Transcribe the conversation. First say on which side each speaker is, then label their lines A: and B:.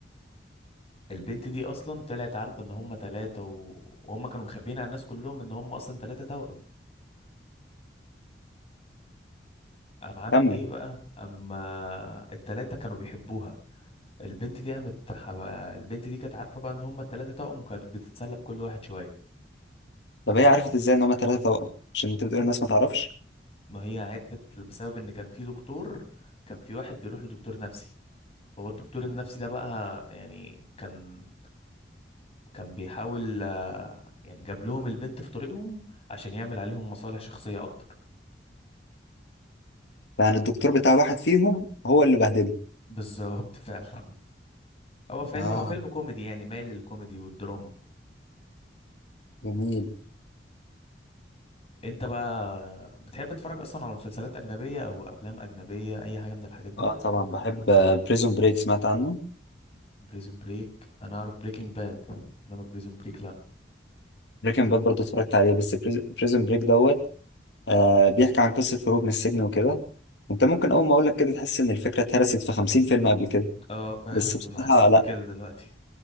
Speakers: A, on the left (about 35°); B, on the left (about 75°).
A: البنت دي اصلا طلعت عارفه ان هم ثلاثه و... وهم كانوا مخبيين على الناس كلهم ان هم اصلا ثلاثه توأم قام عامل
B: كمل
A: ايه بقى اما الثلاثه كانوا بيحبوها البنت دي قامت ح- البنت دي كانت عارفه بقى ان هم الثلاثه توأم وكانت بتتسلى بكل واحد شويه
B: طب هي عرفت ازاي ان هما ثلاثة توأم عشان انت بتقول الناس ما تعرفش
A: ما هي عرفت بسبب ان كان في دكتور كان في واحد بيروح لدكتور نفسي فهو الدكتور النفسي ده بقى يعني كان كان بيحاول آه، يعني جاب لهم البنت في طريقهم عشان يعمل عليهم مصالح شخصيه اكتر
B: يعني الدكتور بتاع واحد فيهم هو اللي بهدله
A: بالظبط فعلا هو فيلم
B: اه
A: هو فيلم كوميدي يعني مايل للكوميدي والدراما
B: جميل
A: انت بقى بتحب تتفرج اصلا على مسلسلات اجنبيه او افلام اجنبيه اي حاجه من الحاجات دي
B: اه طبعا بحب بريزون بريك سمعت عنه
A: بريزون بريك انا اعرف بريكنج باد انما بريزون بريك لا
B: بريكنج باد برضه اتفرجت عليه بس بريزون بريك دوت آه بيحكي عن قصة هروب من السجن وكده انت ممكن اول ما اقول لك كده تحس ان الفكرة اتهرست في 50 فيلم قبل كده
A: اه فعلا
B: بس
A: انا
B: بصراحة
A: حسيت بكده
B: لا
A: دلوقتي